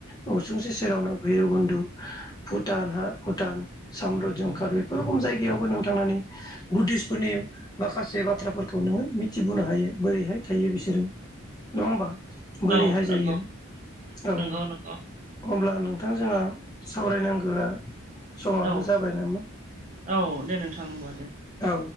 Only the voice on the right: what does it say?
औ
नंगौ
नंगौ नंगौ
औ
औ दे नोंथां होमबा दे